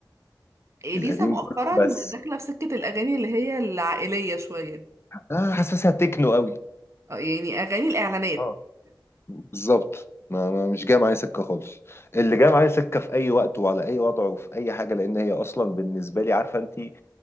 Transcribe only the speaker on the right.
<laughs> اليسا
مؤخرا
داخله في سكه الاغاني اللي هي العائليه شويه
اه يعني اغاني الاعلانات